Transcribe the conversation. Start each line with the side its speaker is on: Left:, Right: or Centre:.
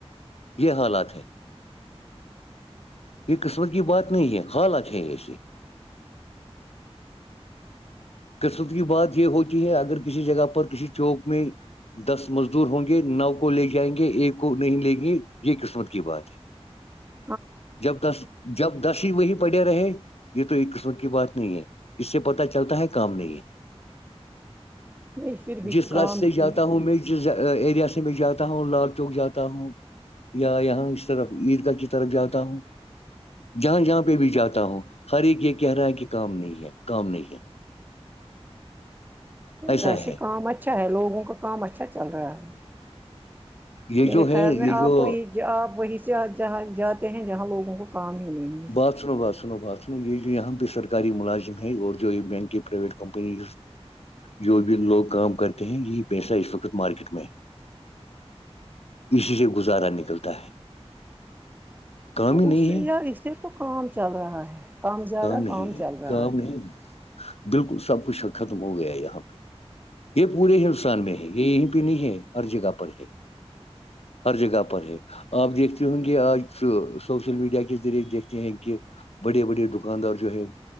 Left: یہ حالات ہے یہ قسمت کی بات نہیں ہے حالت ہے ایسے قسمت کی بات یہ ہو ہے اگر کسی جگہ پر کسی چوک میں دس مزدور ہوں گے نو کو لے جائیں گے ایک کو نہیں لیں گے یہ قسمت کی بات ہے
Right: فچ <inaudible>
Left: ج جب ٹس دس ہی وہی پڑے رہے یہ تو ایک قسمت کی بات نہیں ہے اس سے پتا چلتا ہے کام نہیں ہے
Right: ہے۔ نہیں پھر بھی
Left: جس
Right: کام
Left: راستے سے جاتا
Right: ٹھیک،
Left: ہوں میں جس ایریا سے میں جاتا ہوں لال چوک جاتا ہوں یا یہاں اس طرف عیدگاہ کی طرف جاتا ہوں جہاں جہاں پہ بھی جاتا ہوں ہر ایک یہ کہہ رہا ہے کہ کام نہیں ہے کام نہیں ہے ایسا
Right: ویسے
Left: ہے
Right: کام اچھا ہے لوگوں کا کام اچھا چل رہا ہے
Left: یہ
Right: میرے
Left: جو ہے
Right: خیال
Left: یہ
Right: میں
Left: جو
Right: آپ وہیں ج آپ وہیں سے آ جہاں جاتے ہیں جہاں لوگوں کو کام ہی نہیں ہے
Left: بات سنو بات سنو بات سنو یہ جو یہاں پہ سرکاری ملازم ہے اور جو یہ بینک کی پرائیویٹ کمپنی جو بھی لوگ کام کرتے ہیں یہی پیسہ اس وقت مارکیٹ میں ہے اسی سے گزارا نکلتا ہے کام
Right: تو
Left: ہی نہیں
Right: اس سے
Left: ہے
Right: یا اسے تو کام چل رہا ہے کام زیادہ
Left: نہیں
Right: کام
Left: ہے
Right: چل رہا
Left: کام
Right: ہے
Left: نہیں بالکل سب کچھ ختم ہو گیا ہے یہاں پہ یہ پورے ہندوستان میں ہی یہ یہیں بھیہ نہیں ہے ہر جگہ پر ہے ہر جگہ پر ہے آپ دیکھتے ہوں گے آج سوشل میڈیا کے ذریع دیکھتے ہیں کہ بڑے بڑے د دکاندار جو ہے